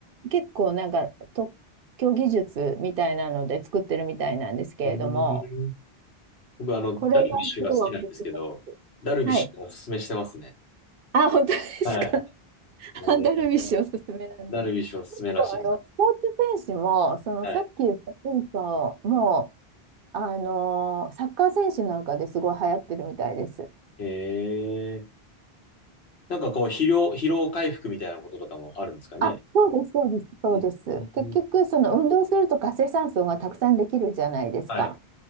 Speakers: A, on the right (about 65°); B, on the left (about 80°).
A: 結構なんか特許技術みたいなので作ってるみたいなんですけれども、
B: うん僕、あの、
A: これがすごいおすすめです。
B: ダルビッシュが好きなんですけど、ダルビッシュがおすすめしてますね。
A: はい。あ、本当ですか。
B: はい。
A: <laughs>
B: えー
A: アンダルビッシュおすすめなんだ。
B: ダルビッシュおすすめらしい。
A: 結構あの、スポーツ選手も、そのさっき言った選手も、
B: はい。
A: あの、サッカー選手なんかですごい流行ってるみたいです。
B: へえ。なんかこう、疲労、疲労回復みたいなこととかもあるんですかね。
A: あ、そうです、そうです、そうです。
B: うんうん
A: 結局、その運動すると活性酸素がたくさんできるじゃないですか。
B: はい。